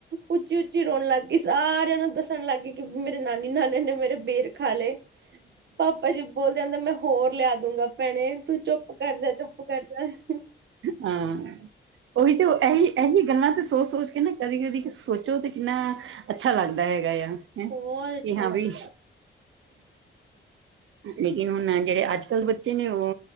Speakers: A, on the right; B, on the right.
A: ਉੱਚੀ-ਉੱਚੀ ਰੋਣ ਲਾਗੀ ਸਾਰੇਆਂ ਨੂੰ ਦੱਸਣ ਲਾਗੀ। ਮੇਰੇ ਨਾਨੀ-ਨਾਨੇ ਨੇ ਮੇਰੇ ਬੇਰ ਖਾ ਲਏ, ਪਾਪਾ ਜੀ ਬੋਲਦੇ ਆਂਦੇ ਮੈਂ ਹੋਰ ਲੈ ਦੂਗਾ ਭੈਣੇ, ਤੂੰ ਚੁੱਪ ਕਰ ਜਾ ਚੁੱਪ ਕਰ ਜਾ।
B: ਹਾਂ ਓਹੀ ਤੇ ਏਹੀ, ਏਹੀ ਗੱਲਾਂ ਤੇ ਸੋਚ-ਸੋਚ ਕੇ ਨਾ ਕਦੀ-ਕਦੀ ਸੋਚੋ ਤੇ ਕਿੰਨਾ ਅੱਛਾ ਲੱਗਦਾ ਹੈਗਾ ਏਆ ਕਿ
A: ਬਹੁਤ ਅੱਛਾ
B: ਹਾਂ
A: ਲੱਗਦਾ
B: ਬਈ
A: ਹੈ।
B: ਲੇਕਿਨ ਹੁਨ ਜੇੜੇ ਅੱਜ-ਕੱਲ ਬੱਚੇ ਨੇ ਓ